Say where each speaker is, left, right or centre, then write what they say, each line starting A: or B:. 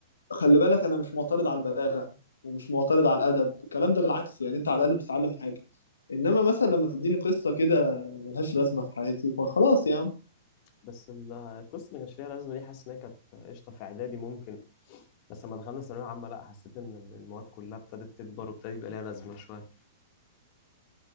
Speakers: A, on the left; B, on the left.
A: خلي بالك انا مش معترض على البلاغة ومش معترض على الادب الكلام ده بالعكس يعني انت على الاقل بتتعلم حاجة انما مثلا لما تديني قصة كده ملهاش لازمة في حياتي فخلاص يعني
B: بس ال- القصه اللي كانش ليها لازمه دي حاسس ان هي كانت قشطه في اعدادي ممكن بس لما دخلنا ثانويه عامه لا حسيت ان ال- المواد كلها ابتدت تكبر وابتدى يبقى ليها لازمه شويه